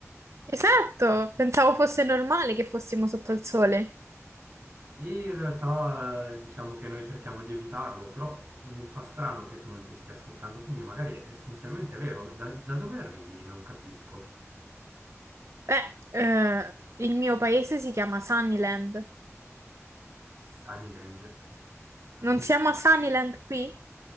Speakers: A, on the right; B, on the right.
A: Esatto, pensavo fosse normale che fossimo sotto il sole.
B: E In realtà eh, diciamo che noi cerchiamo di evitarlo, però mi fa strano che tu non ti stia scottando, quindi magari è essenzialmente vero. Da, da dove arrivi? Non capisco.
A: Beh, eh, il mio paese si chiama Sunnyland.
B: Sunnyland. Sunnyland.
A: Non siamo a Sunnyland qui?